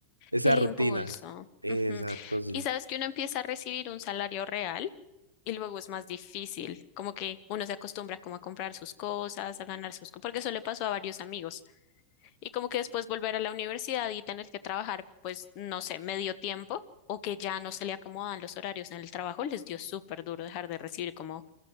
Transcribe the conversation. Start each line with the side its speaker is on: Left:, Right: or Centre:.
Right: esa
Left: El
Right: rutina.
Left: impulso.
Right: Exacto,
Left: Ujú.
Right: sí.
Left: Y sabes que uno empieza a recibir un salario real y luego es más difícil. Como que uno se acostumbra como a comprar sus cosas, a ganar sus cosas, porque eso le pasó a varios amigos. y como que después volver a la universidad y tener que trabajar, pues, no sé, medio tiempo o que ya no se le acomodan los horarios en el trabajo, les dio súper duro dejar de recibir como